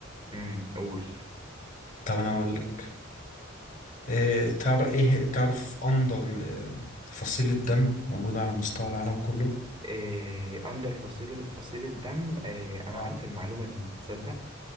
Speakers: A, on the right (about 25°); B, on the left (about 40°).
A: امم قول
B: طب انا اقول لك إيه تعرف ايه تعرف اندر آه، فصيله دم موجوده على مستوى العالم كله
A: إيه اندر فصيله فصيله دم إيه انا
B: اه
A: عارف المعلومه دي تصدق